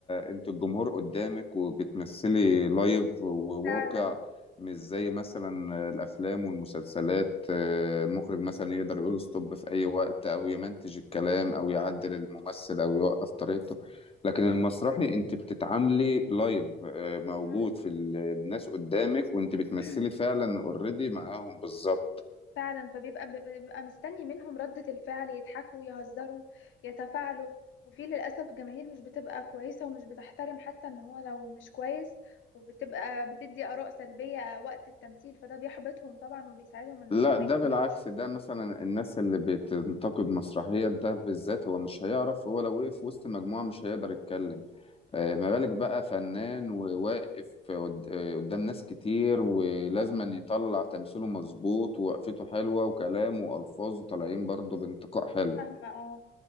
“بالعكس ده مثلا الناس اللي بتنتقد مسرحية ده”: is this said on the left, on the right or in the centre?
Left